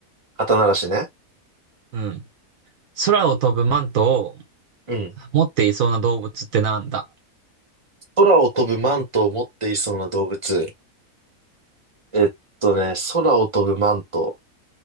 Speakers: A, on the right; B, on the right.
A: 肩慣らしね。
B: うん。空を飛ぶマントを
A: うん。
B: 持っていそうな動物ってなんだ
A: 空を飛ぶマントを持っていそうな動物。えっとね、空を飛ぶマント。